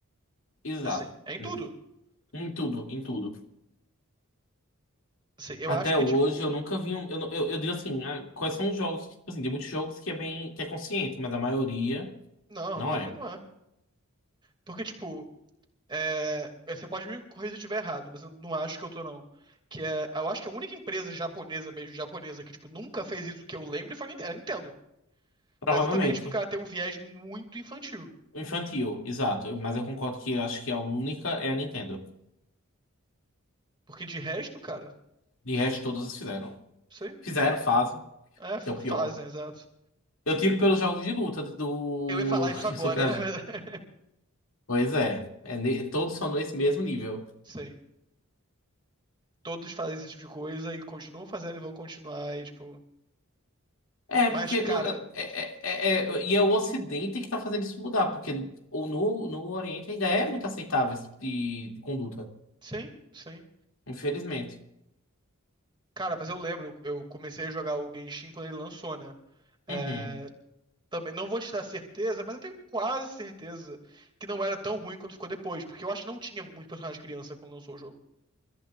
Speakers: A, on the left; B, on the right.
A: Exato.
B: Assim, é em
A: Hum.
B: tudo.
A: Em tudo, em tudo.
B: Assim, eu
A: Até
B: acho que
A: hoje
B: tipo,
A: eu nunca vi um. Eu, não- eu, eu digo assim, ah, quais são os jogos? que, Tipo assim, tem muitos jogos que é bem, que é consciente, mas a maioria
B: não,
A: não
B: a maioria
A: é.
B: não é. Porque, tipo, é, é, você pode me corrigir se eu estiver errado, mas eu não acho que eu tô, não. Que é, eu acho que a única empresa japonesa mesmo, japonesa, que, tipo, nunca fez isso que eu lembro foi a Ninte- Nintendo.
A: Provavelmente.
B: Mas exatamente porque ela tem um viés muito infantil.
A: O infantil, exato. Mas eu concordo que eu acho que a única é a Nintendo.
B: Porque de resto, cara,
A: De resto,
B: não
A: todas fizeram.
B: sei.
A: Fizeram, fazem,
B: É, f-
A: que é o
B: fazem,
A: pior.
B: exato.
A: Eu tiro pelos jogos de luta do.
B: Eu ia falar isso
A: <laughs>
B: agora,
A: Eu sou criado.
B: na verdade. <laughs>
A: Pois é. É ne- Todos são nesse mesmo nível.
B: Sim. Todos fazem esse tipo de coisa e continuam fazendo e vão continuar e, tipo...
A: É,
B: Mas,
A: porque.
B: cara,
A: não- É, é- é- é- é, E é o Ocidente que tá fazendo isso mudar, porque o- no, no Oriente ainda é muito aceitável esse tipo de, de conduta.
B: sim, sim.
A: Infelizmente.
B: Cara, mas eu lembro, eu comecei a jogar o Genshin quando ele lançou, né? É,
A: Uhum.
B: também não vou te dar certeza, mas eu tenho quase certeza que não era tão ruim quanto ficou depois, porque eu acho que não tinha muito personagem criança quando lançou o jogo.